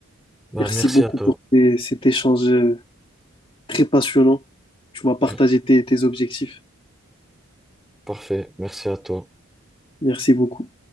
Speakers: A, in the centre; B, on the left.
A: Bah,
B: Merci
A: merci
B: beaucoup
A: à toi.
B: pour ces- cet échange euh, très passionnant. Tu m'as partagé
A: Mm.
B: tes tes objectifs.
A: Parfait. Merci à toi.
B: Merci beaucoup.